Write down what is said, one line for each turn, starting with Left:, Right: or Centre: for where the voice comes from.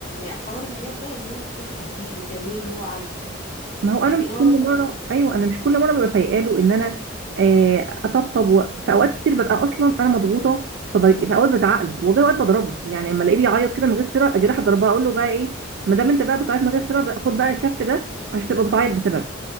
Left: حوار العياط ده ان هو انت كده هتجيله تعملي اللي هو عايزه
Right: ما هو انا
Left: لكن
Right: مش
Left: هو
Right: كل
Left: مثلا
Right: مره ايوه انا مش كل مره ببقى فايقه له ان انا آه، اطبطب و... في اوقات كتير ببقى اصلا انا مضغوطه فب... في اوقات بزعق له والله اوقات بضربه يعني اما الاقيه بيعيط كده من غير سبب اجي رايح اضربها اقول له بقى ايه ما دام انت بقى بتعيط من غير سبب خد بقى الكف ده عشان تبقى بتعيط بسبب